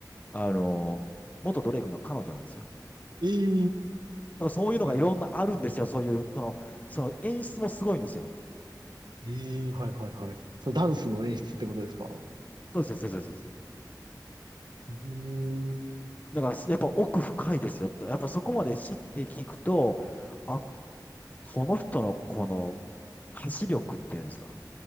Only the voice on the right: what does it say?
ええ
はいは
い。ええはいはいはい。そのダンスの演出ってことですか
ええ